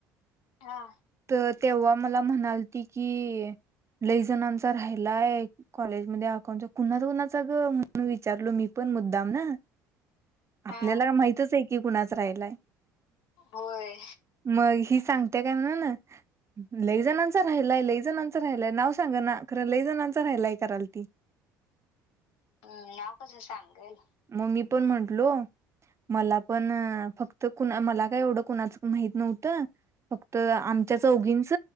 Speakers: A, on the left; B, on the right.
A: हा!
B: तर तेव्हा मला म्हणालती की लई जणांचा राहिलाय कॉलेज मध्ये अकाउंटचा, कुणा कुणाचा ग म्हणून विचारलो मी पण मुद्दाम ना. आपल्याला,
A: हा
B: माहितच आहे की कुणाच. राहिलाय.
A: होय
B: मग ही सांग. ते काय म्हणाला? लई जणांचा राहिलाय, लई जणांचं राहिलाय, नाव सांग ना खरं लई जणांच राहिलाय, कराल ती
A: अ नाव कसं सांगल.
B: म मी पण म्हंटलो. मला पण फक त कुणा मला काय एवढं कुणाच माहीत नव्हतं फक तर आमच्या चौघींच.